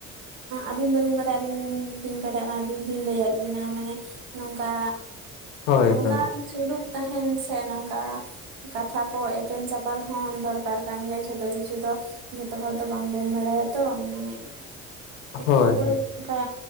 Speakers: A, on the right; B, on the left.
A: ᱟᱹᱵᱤᱱ ᱵᱟᱹᱵᱤᱱ ᱵᱟᱲᱟᱭᱟ ᱟᱹᱞᱤᱧ ᱞᱤᱧ ᱵᱟᱲᱟᱭᱟ ᱚᱱᱟ ᱟᱹᱞᱤᱧ ᱞᱤᱧ ᱞᱟᱹᱭᱟᱫ ᱵᱤᱱᱟ ᱢᱟᱱᱮ᱾ ᱱᱚᱝᱠᱟ
B: ᱦᱳᱭ
A: ᱱᱚᱝᱠᱟ
B: ᱦᱳᱭ
A: ᱥᱩᱞᱩᱠ ᱛᱟᱦᱮᱱ ᱥᱮ ᱱᱚᱝᱠᱟ᱾ ᱠᱟᱛᱷᱟ ᱠᱚ ᱮᱯᱮᱢ ᱪᱟᱯᱟᱞ ᱦᱚᱸ ᱫᱚᱨᱠᱟᱨ ᱠᱟᱱ ᱜᱮᱭᱟ ᱡᱷᱚᱛᱚ ᱠᱤᱪᱷᱩ ᱫᱚ᱾ ᱡᱚᱛᱚ ᱦᱚᱲ ᱫᱚ ᱵᱟᱝᱵᱚᱱ ᱵᱟᱲᱟᱭᱟ ᱛᱚ ᱢᱟᱱᱮ᱾ ᱮᱠᱮ
B: ᱦᱳᱭ
A: ᱚᱯᱚᱨ ᱚᱱᱠᱟ